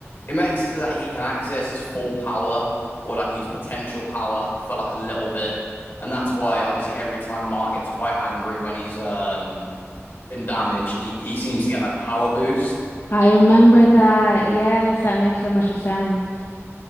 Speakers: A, on the left; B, on the left.
A: it makes it so that he can access his full power or like his potential power for like a little bit and that's why obviously every time Mark gets quite angry when he's um been damaged, he he seems to get like a power boost.
B: I remember that. Yes, that makes so much sense.